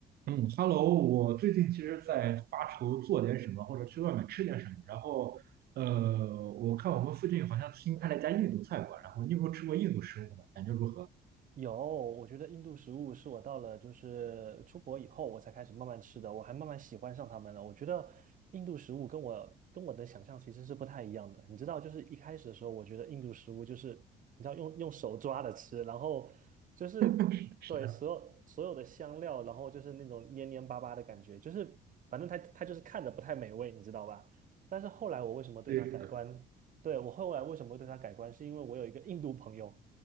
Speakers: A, on the right (about 65°); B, on the right (about 50°).
A: 嗯，Hello，我最近其实在发愁做点什么，或者去外面吃点什么。然后，呃，我看我们附近好像新开了一家印度菜馆，然后你有没有吃过印度食物呢？感觉如何？
B: 有，我觉得印度食物是我到了就是出国以后我才开始慢慢吃的，我还慢慢喜欢上他们了。我觉得印度食物跟我跟我的想象其实是不太一样的。你知道，就是一开始的时候，我觉得印度食物就是你知道用用手抓着吃，然后就是对所有所有的香料，
A: <laughs> 是的，
B: 然后就是那种黏黏巴巴的感觉，就是反正它它就是看着不太美味，你知道吧？但是后来我为什么对它改观？
A: 对，
B: 对，我后来为什么会对它改观，是因为我有一个印度朋友。